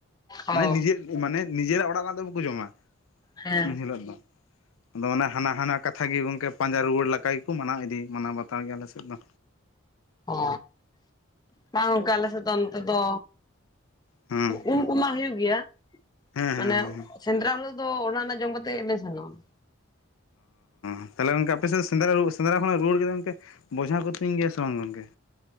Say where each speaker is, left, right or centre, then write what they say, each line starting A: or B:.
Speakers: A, on the left; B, on the left.
A: ᱚ
B: ᱢᱟᱱᱮ ᱱᱤᱡᱮᱨ ᱾ ᱢᱟᱱᱮ ᱱᱤᱡᱮᱨᱟᱜ ᱚᱲᱟᱜ ᱨᱮᱱᱟᱜ ᱫᱚ ᱵᱟᱠᱩ ᱡᱚᱢᱟ
A: ᱦᱮᱸ
B: ᱮᱱᱦᱤᱞᱳᱜ ᱫᱚ ᱾ ᱫᱚ ᱦᱟᱱᱟ ᱦᱟᱱᱟ ᱠᱟᱛᱷᱟ ᱜᱮ ᱜᱚᱝ ᱠᱮ ᱯᱟᱸᱡᱟ ᱨᱩᱣᱟᱹᱲ ᱞᱟᱠᱟ ᱜᱮᱠᱚ ᱢᱟᱱᱟᱣ ᱤᱫᱤ ᱢᱟᱱᱟᱣ ᱵᱟᱛᱟᱣ ᱜᱮᱭᱟ ᱟᱞᱮ ᱥᱮᱫ ᱫᱚ
A: ᱚ ᱵᱟᱝ ᱚᱱᱠᱟ ᱟᱞᱮᱥᱮᱫ ᱫᱚ ᱱᱚᱛᱮ ᱫᱚ
B: ᱦᱮᱸ
A: ᱩᱞ ᱠᱩᱢᱟ ᱦᱩᱭᱩᱜ ᱜᱮᱭᱟ ᱾
B: ᱦᱮᱸ ᱦᱮᱸ
A: ᱢᱟᱱᱮ
B: ᱦᱮᱸ
A: ᱥᱮᱸᱫᱽᱨᱟ ᱦᱤᱞᱳᱜ ᱫᱚ ᱚᱲᱟᱜ ᱨᱮᱱᱟᱜ ᱡᱚᱢ ᱠᱟᱛᱮᱜ ᱜᱮᱞᱮ ᱥᱮᱱᱚᱜᱼᱟ ᱾
B: ᱚᱻᱛᱟᱦᱞᱮ ᱜᱚᱢᱠᱮ ᱟᱯᱮ ᱥᱮᱫ ᱥᱮᱸᱫᱽᱨᱟ ᱥᱮᱸᱫᱽᱨᱟ ᱠᱷᱚᱱᱟᱜ ᱨᱩᱣᱟᱹᱲ ᱠᱟᱛᱮᱜ ᱜᱚᱝᱠᱮ ᱵᱚᱡᱷᱟ ᱠᱚ ᱛᱩᱧ ᱜᱮᱭᱟ ᱥᱮ ᱵᱟᱝ ᱜᱚᱝᱠᱮ?